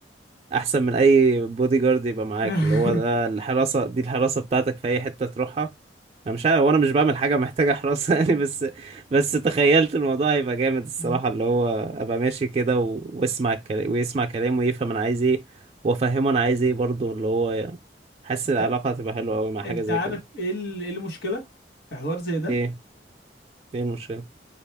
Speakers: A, on the right; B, on the left.
A: احسن من اي بودي جارد يبقى معاك
B: <laughs>
A: اللي هو ده الحراسه دي الحراسه بتاعتك في اي حته تروحها انا مش عارف وانا مش بعمل حاجه محتاجه حراسه <laughs> يعني بس بس تخيلت الموضوع هيبقى جامد الصراحه
B: مم.
A: اللي هو ابقى ماشي كده و- واسمع الكلام ويسمع كلامه ويفهم انا عايز ايه وافهمه انا عايز ايه برضه اللي هو يعني حاسس
B: انت
A: العلاقه هتبقى حلوه قوي مع حاجه
B: انت
A: زي
B: عارف
A: كده
B: ايه ال- إيه المشكله في حوار زي ده
A: ايه ايه المشكله